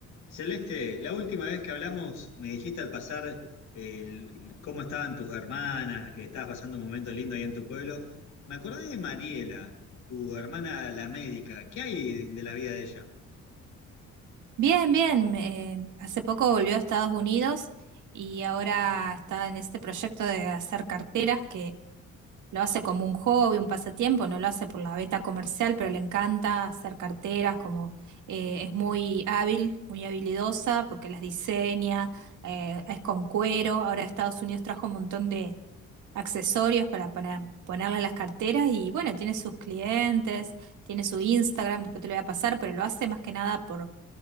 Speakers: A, on the left; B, on the right.
A: Celeste, la última vez que hablamos me dijiste al pasar el- el- cómo estaban tus hermanas, que estabas pasando un momento lindo ahí en tu pueblo. Me acordé de Mariela, tu hermana la médica. ¿Qué hay de la vida de ella?
B: Bien, bien. eh, hace poco volvió a Estados Unidos y ahora está en este proyecto de hacer carteras que lo hace como un hobby, un pasatiempo, no lo hace por la beta comercial, pero le encanta hacer carteras, como eh, es muy hábil, muy habilidosa porque las diseña, eh, es con cuero. Ahora Estados Unidos trajo un montón de accesorios para, para ponerle a las carteras y bueno, tiene sus clientes, tiene su Instagram, después te lo voy a pasar, pero lo hace más que nada por